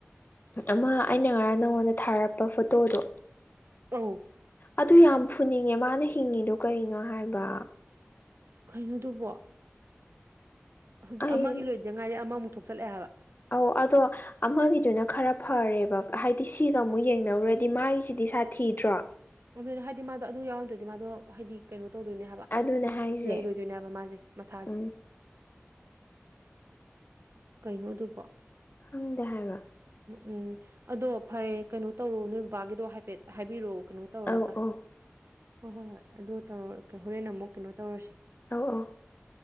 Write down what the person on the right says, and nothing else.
ꯎꯝ
ꯀꯩꯅꯣꯗꯨꯕꯣ ꯍꯧꯖꯤꯛ
ꯑꯃꯒꯤ ꯂꯣꯏꯗ ꯉꯥꯏꯔꯤ ꯑꯃꯃꯨꯛ ꯊꯣꯛꯆꯠꯂꯛꯑꯦ ꯍꯥꯏꯕ
ꯑꯗꯨꯅꯦ ꯍꯥꯏꯗꯤ ꯃꯥꯗꯣ ꯑꯗꯨ ꯌꯥꯎꯔꯝꯗ꯭ꯔꯗꯤ ꯃꯥꯗꯣ ꯍꯥꯏꯗꯤ ꯀꯩꯅꯣ ꯇꯧꯗꯣꯏꯅꯦ ꯍꯥꯏꯕ
ꯂꯩꯔꯣꯏꯗꯣꯏꯅꯦ ꯍꯥꯏꯕ ꯃꯥꯖꯦ ꯃꯁꯥꯖꯦ
ꯀꯩꯅꯣ ꯑꯗꯨꯕꯣ
ꯅꯣꯛꯅꯤꯡꯅꯦ ꯑꯗꯣ ꯐꯔꯦ ꯀꯩꯅꯣ ꯇꯧꯔꯣ ꯅꯣꯏ ꯕꯕꯥꯒꯤꯗꯣ ꯍꯥꯏꯐꯦꯠ ꯍꯥꯏꯕꯤꯔꯣ ꯀꯩꯅꯣ ꯇꯧꯔꯒ
ꯍꯣꯏ ꯍꯣꯏ ꯍꯣꯏ ꯑꯗꯣ ꯇꯧꯔ ꯍꯣꯔꯦꯟ ꯑꯃꯨꯛ ꯀꯩꯅꯣ ꯇꯧꯔꯁꯤ